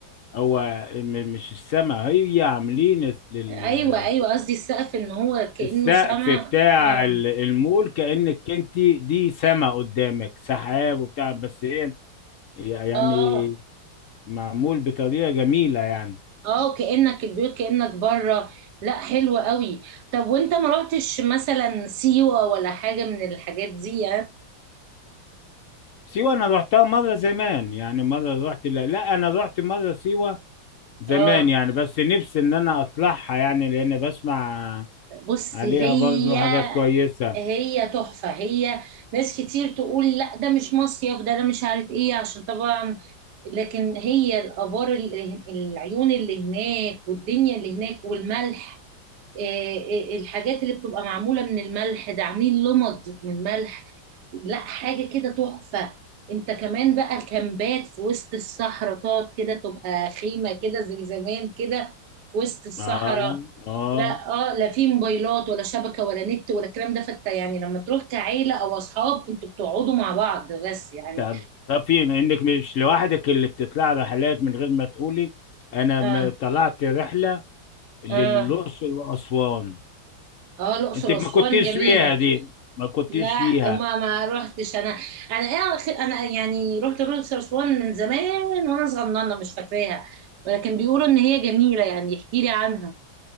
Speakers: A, on the left; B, on the right.
A: هو م- مش السما هي عاملين لل-
B: ايوه ايوه قصدي السقف ان هو كانه
A: السقف
B: سما
A: بتاع
B: اه
A: ال- المول كأنك انت دي سما قدامك سحاب وبتاع بس هي يعني
B: اه
A: معمول بطريقة جميلة يعني
B: اه كانك البيوت كانك بره لا حلو قوي طب وانت ما رحتش مثلا سيوه ولا حاجه من الحاجات دي اه
A: سيوة أنا روحتها مرة زمان يعني مرة روحت لا, لا أنا روحت مرة سيوة زمان
B: آه.
A: يعني بس نفسي إن أنا أطلعها يعني لأن بسمع
B: بص
A: عليها
B: هي
A: برضو حاجات كويسة
B: هي تحفه هي ناس كتير تقول لا ده مش مصيف ده انا مش عارف ايه عشان طبعا لكن هي الآبار ال- العيون اللي هناك والدنيا اللي هناك والملح آه، آه، الحاجات اللي بتبقى معمولة من الملح ده عاملين لمض من ملح لا حاجة كده تحفة انت كمان بقى الكامبات في وسط الصحراء تقعد كده تبقى خيمة كده زي زمان كده في وسط الصحراء
A: آه آه
B: لا اه لا في موبايلات ولا شبكة ولا نت ولا الكلام ده فانت يعني لما تروح كعيلة او اصحاب انتوا بتقعدوا مع بعض بس يعني
A: تعرفي إنك مش لوحدك اللي بتطلع رحلات من غير ما تقولي أنا
B: اه
A: م- طلعت رحلة للأقصر
B: اه
A: وأسوان
B: اه الاقصر
A: أنت ما
B: واسوان
A: كنتيش
B: جميلة
A: فيها دي ما كنتيش
B: لا
A: فيها
B: ما ما روحتش انا انا ايه أخي- انا يعني رحت الأقصر وأسوان من زمان وانا صغننه مش فاكراها ولكن بيقولوا ان هي جميله يعني احكي لي عنها